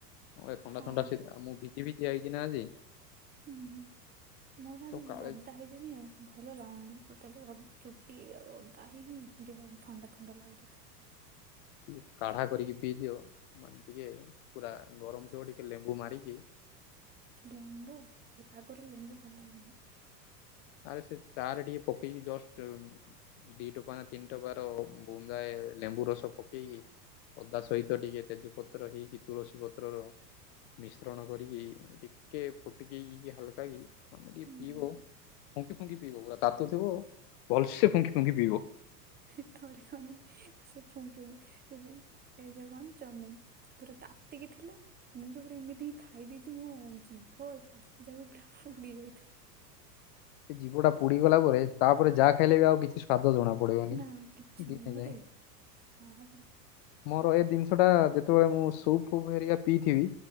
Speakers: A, on the left; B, on the right.
A: ଅଏ ଥଣ୍ଡା
B: ହଁ
A: ଥଣ୍ଡା ଶୀ ଆ, ମୁଁ ଭିଜି ଭିଜି ଆଇଚି ନା ଆଜି।
B: ହୁଁ, ମୁଁ ନହେଲେ
A: ତ କାଳେ
B: ବଦା ହେଇଯିବି ହେ। ଭଲ ଲାଗୁନି ଟୋଟାଲି ଅ, ଚୁଟି ଅଦା ହେଇକି ଦେହ ଥଣ୍ଡା ଥଣ୍ଡା ଲାଗୁଛି।
A: <inaudible> କାଢ଼ା କରିକି ପିଇ ଦିଅ ମାନେ ଟିକେ ପୁରା ଗରମ ଥିବ ଟିକେ ଲେମ୍ବୁ ମାରିକି।
B: ଲେମ୍ବୁ ଏ ପାଗରେ ଲେମ୍ବୁ ଭଲ ଲାଗିବନି।
A: ଆରେ ସେ ଚା ରେ ଟିକିଏ ପକେଇକି ଜଷ୍ଟ ଦି ଟୋପା ନା ତିନି ଟୋପାର ବୁନ୍ଦାଏ ଲେମ୍ବୁ ରସ ପକେଇ ନେ ଅଦା ସହିତ ଟିକେ ତେଜପତ୍ର ହେଇକି ତୁଳସୀ ପତ୍ରର ମିଶ୍ରଣ କରିକି ଟିକେ ଫୁଟିକି ଇଏ ହାଲକା କି ଆକେଇ
B: ହୁଁ
A: ପିଇବ ଫୁଙ୍କି ଫୁଙ୍କି ପିଇବ ପୁରା ତାତୁ ଥିବ ଭଲସେ ଫୁଙ୍କି ଫୁଙ୍କି ପିଇବ।
B: ହି ଥରେ କ ନାଇଁ ସେ ଫୁଙ୍କି ଫୁଙ୍କି ସେ ଯୋଉ ଏଇ ଯୋଉ କଣ ଚମିନି ପୁରା ତାତିକି ଥିଲା। ମୁଁ ତ ପୁରା ଏମିତି ଖାଇ ଦେଇଛି ମୋ ଜିଭ ଏ ପାଟି ଯାକ ପୁରା ପୁଡି ଯାଇଥିଲା।
A: ସେ ଜିଭଟା ପୁଡିଗଲା ପରେ ତାପରେ ଯାହା ଖାଇଲେ ବି ଆଉ କିଛି ସ୍ୱାଦ ଜଣା ପଡିବନି
B: ନା କିଛି
A: ଦିନେ
B: ନାହିଁ ମତେ
A: ଯାଏ।
B: ହଁ ପରା।
A: ମୋର ଏ ଦିନଷଟା ଯେତେବେଳେ ମୁଁ ସୁପ୍ ଫୁପ୍ ହେରିକା ପିଇଥିବି